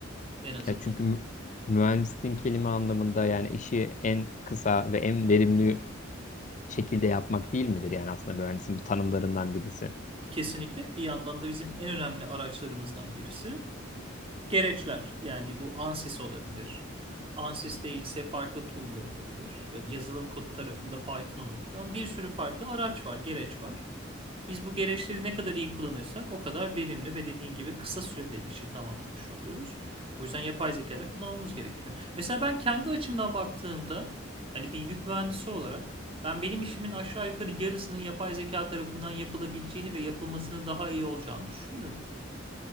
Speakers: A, on the right; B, on the left.
A: en azından.
B: Ya çünkü mü- mühendisliğin kelime anlamında yani işi en kısa ve en verimli şekilde yapmak değil midir? Yani aslında mühendisin tanımlarından birisi.
A: Kesinlikle bir yandan da bizim en önemli araçlarımızdan birisi. Gereçler yani bu ANSYS olabilir. ANSYS değilse farklı tool'lar olabilir. Ya- Yazılım kodu tarafında Python olabilir. Ama bir sürü farklı araç var, gereç var. Biz bu gereçleri ne kadar iyi kullanırsak o kadar verimli ve dediğin gibi kısa sürede işi tamamlamış oluyoruz. O yüzden yapay zeka da kullanmamız gerekiyor. Mesela ben kendi açımdan baktığımda hani bir yük mühendisi olarak ben benim işimin aşağı yukarı yarısının yapay zeka tarafından yapılabileceğini ve yapılmasının daha iyi olacağını düşünüyorum.